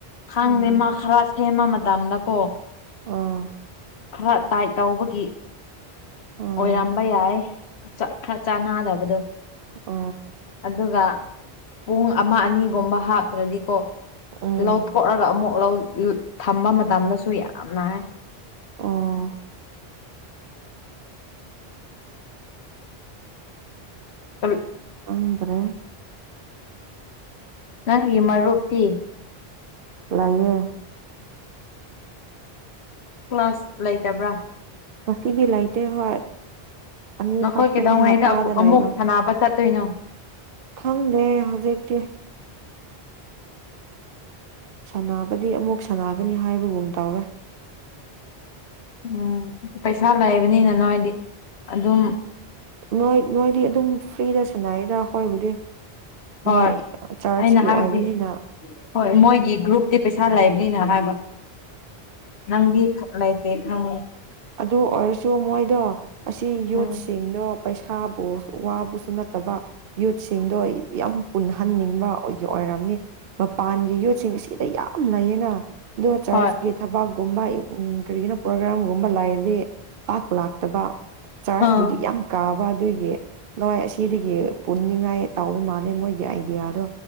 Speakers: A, on the left; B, on the right.
A: ꯈꯪꯗꯦ
B: ꯎꯝ
A: ꯃꯥ ꯈꯔ ꯁꯦꯝꯃ ꯃꯇꯝꯅꯀꯣ
B: ꯑꯣ
A: ꯈꯔ ꯇꯥꯏꯠ ꯇꯧꯕꯒꯤ
B: ꯑꯣ
A: ꯑꯣꯏꯔꯝꯕ ꯌꯥꯏ ꯆ ꯈꯔ ꯆꯥꯟꯅꯗꯕꯗꯣ
B: ꯑ
A: ꯑꯗꯨꯒ ꯄꯨꯡ ꯑꯃ ꯑꯅꯤꯒꯨꯝꯕ ꯍꯥꯞꯇ꯭ꯔꯗꯤꯀꯣ
B: ꯎꯝ
A: ꯂꯧꯊꯣꯛꯔꯒ ꯑꯃꯨꯛ ꯊꯝꯕ ꯃꯇꯝꯗꯁꯨ ꯌꯥꯝꯅ ꯅꯥꯏ
B: ꯑꯣ
A: ꯑꯜ
B: ꯕꯔꯣ
A: ꯅꯪꯒꯤ ꯃꯔꯨꯞꯇꯤ
B: ꯂꯩꯑꯌꯦ
A: ꯀ꯭ꯂꯥꯁ ꯂꯩꯇꯕ꯭ꯔꯥ
B: ꯉꯁꯤꯕꯤ ꯂꯥꯏꯇ ꯍ ꯑ
A: ꯅꯈꯣꯏ
B: ꯍꯞꯇꯥꯅꯦ
A: ꯀꯩꯗꯧꯉꯩꯗ
B: ꯍꯥꯞꯇꯥ
A: ꯑꯕꯨ
B: ꯑꯗ
A: ꯑꯃꯨꯛ
B: ꯂꯩꯑꯕ
A: ꯁꯥꯟꯅꯕ ꯆꯠꯇꯣꯏꯅꯣ
B: ꯈꯪꯗꯦ ꯍꯧꯖꯤꯛꯛꯇꯀꯤ ꯁꯕꯗꯤ ꯑꯃꯨꯛ ꯁꯥꯟꯅꯒꯅꯤ ꯍꯥꯏꯕꯒꯨꯝ ꯇꯧꯋꯦ
A: ꯎꯝ ꯄꯩꯁꯥ ꯂꯩꯕꯅꯤꯅ ꯅꯣꯏꯗꯤ ꯑꯗꯨꯝ
B: ꯅꯣꯏ ꯅꯣꯏꯗꯤ ꯑꯗꯨꯝ ꯐ꯭ꯔꯤꯗ ꯁꯥꯟꯅꯩꯗ ꯍꯣꯏꯕꯨꯗꯤ
A: ꯍꯣꯏ
B: ꯃꯣꯏ ꯆꯔꯆꯀꯤ
A: ꯑꯩꯅ ꯍꯥꯏꯕꯗꯤ
B: ꯑꯣꯏꯕꯅꯤꯅ
A: ꯍꯣꯏ ꯃꯣꯏꯒꯤ ꯒ꯭ꯔꯨꯞꯇꯤ ꯄꯩꯁꯥ ꯂꯩꯕꯅꯤꯅ ꯍꯥꯏꯕ ꯅꯪꯗꯤ ꯂꯥꯏꯇꯦ ꯎ
B: ꯑꯗꯨ ꯑꯣꯏꯔꯁꯨ ꯃꯣꯏꯗꯣ ꯑꯁꯤ ꯌꯨꯠꯁꯤꯡꯗꯣ
A: ꯎꯝ
B: ꯄꯩꯁꯥꯕꯨ ꯋꯥꯕꯨꯁꯨ ꯅꯠꯇꯕ ꯌꯨꯠꯁꯤꯡꯗꯣ ꯌꯥꯝ ꯄꯨꯟꯍꯟꯅꯤꯡꯕꯒꯤ ꯑꯣꯏ ꯝꯅꯤ ꯃꯄꯥꯟꯒꯤ ꯌꯣꯠꯁꯤꯡ ꯁꯤꯗ ꯌꯥꯝ ꯂꯩꯌꯦꯅ ꯑꯗꯣ ꯆꯥꯔꯆꯀꯤ
A: ꯍꯣꯏ
B: ꯊꯕꯛꯀꯨꯝꯕ ꯀꯔꯤꯒꯤꯅꯣ ꯄ꯭ꯔꯣꯒ꯭ꯔꯥꯝꯒꯨꯝꯕ ꯂꯩꯥꯏꯔꯗꯤ ꯄꯥꯛꯄ ꯂꯥꯛ ꯐꯠꯇꯕ ꯆꯥꯔꯖꯕꯨꯨꯗꯤ
A: ꯑꯥ
B: ꯌꯥꯝ ꯀꯥꯕ ꯑꯗꯨꯒꯤ ꯂꯋꯥꯏ ꯑꯁꯤ ꯁꯤꯗꯒꯤ ꯄꯨꯟꯅꯤꯡꯉꯥꯏ ꯇꯥꯎꯕ ꯃꯥꯜꯂꯦ ꯃꯣꯏꯒꯤ ꯑꯥꯏꯗꯤꯌꯥꯗꯣ